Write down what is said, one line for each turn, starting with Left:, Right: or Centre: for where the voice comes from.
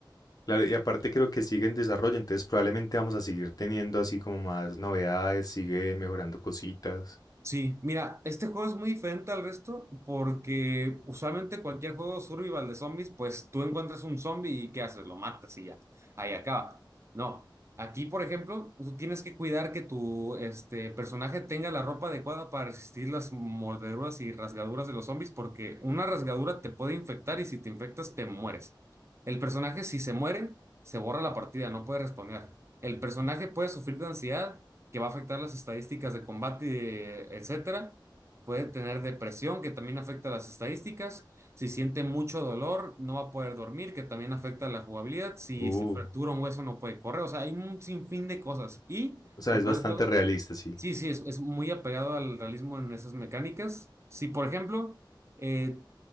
Left: Claro, y aparte creo que sigue en desarrollo, entonces probablemente vamos a seguir teniendo así como más novedades, sigue mejorando cositas.
Right: Sí, mira, este juego es muy diferente al resto porque usualmente cualquier juego survival de zombies, pues tú encuentras un zombie y ¿qué haces? Lo matas y ya, ahí acaba. No, aquí por ejemplo, tú tienes que cuidar que tu este, personaje tenga la ropa adecuada para resistir las mordeduras y rasgaduras de los zombies porque una rasgadura te puede infectar y si te infectas te mueres. El personaje si se muere, se borra la partida, no puede responder. El personaje puede sufrir de ansiedad que va a afectar las estadísticas de combate, etcétera. Puede tener depresión, que también afecta las estadísticas. Si siente mucho dolor, no va a poder dormir, que también afecta la jugabilidad. Si
Left: Uh,
Right: se fractura un hueso, no puede correr. O sea, hay un sinfín de cosas. Y,
Left: o sea,
Right: lo
Left: es
Right: peor
Left: bastante
Right: de todo,
Left: realista, sí.
Right: sí, sí, es, es muy apegado al realismo en esas mecánicas. Si, por ejemplo, eh,